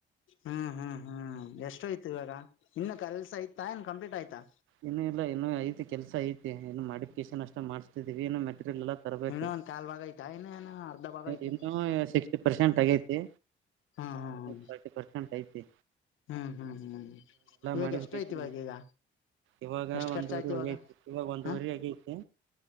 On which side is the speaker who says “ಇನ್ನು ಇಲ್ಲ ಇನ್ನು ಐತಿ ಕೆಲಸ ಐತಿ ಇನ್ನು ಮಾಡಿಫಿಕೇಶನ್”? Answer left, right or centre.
Right